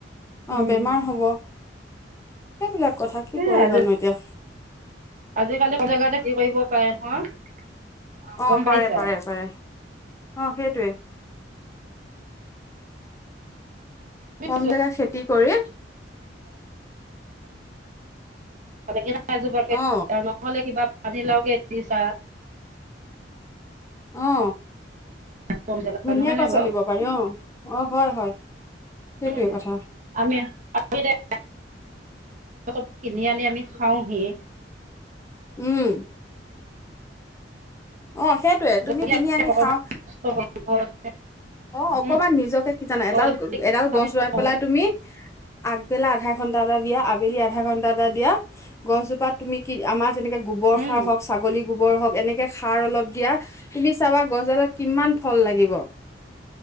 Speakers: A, on the left; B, on the right.
A: অ'
B: উম
A: বেমাৰ হ'ব এইবিলাক কথা। কি
B: এ
A: কৰিবানো
B: আজি
A: এতিয়া
B: আজিকালি কলেগতে কি কৰিব পাৰে নহয়।
A: অ
B: গম পাইছা
A: পাৰে পাৰে পাৰে অ সেইটোৱে।
B: <unintelligible>
A: কম জেগা খেতি কৰি
B: এজোপাকে
A: অ
B: নহ'লে কিবা <unintelligible>
A: অ
B: কম জেগাত
A: ধুনীয়াকৈ
B: নহয়নে বাৰু
A: চলিব পাৰি অ অ হয় হয়। সেইটোৱে
B: উম
A: কথা
B: আমি <unintelligible> অ কিনি আনি আমি খাওঁহি।
A: উম। অ সেইটোয়ে তুমি
B: যদি
A: কিনি
B: আমি
A: আনি
B: অকমান
A: খাওঁ।
B: কষ্ট কৰোঁ ঘৰত
A: অ অকমান
B: উম
A: নিজকে কি জানা
B: ঘৰত
A: এডাল
B: যদি
A: এডাল
B: আমি
A: গছ
B: কৰোঁ
A: ৰুই পেলাই তুমি আগবেলা আধা ঘন্টা এটা দিয়া, আবেলি আধা ঘন্টা এটা দিয়া গছজোপাত তুমি কি আমাৰ যেনেকে গোবৰ
B: উম
A: সাৰ হওঁক, ছাগলী, গোবৰ হওঁক এনেকে সাৰ অলপ দিয়া তুমি চাবা গছডালত কিমান ফল লাগে।